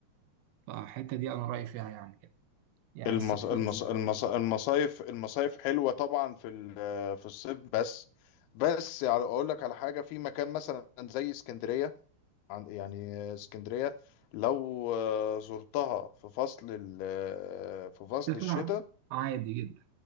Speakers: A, on the right; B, on the left.
A: فالحتة دي انا رأيي فيها يعني كده يعني
B: المص...
A: الصيف
B: المص...
A: يكسب
B: المص... المصايف المصايف حلوة طبعا في ال... في الصيف بس بس يعني أقول لك على حاجة في مكان مثلا زي اسكندرية عن يعني اسكندرية لو آه، زرتها في فصل ال- آه، في فصل
A: الشتاء
B: الشتاء
A: عادي جدا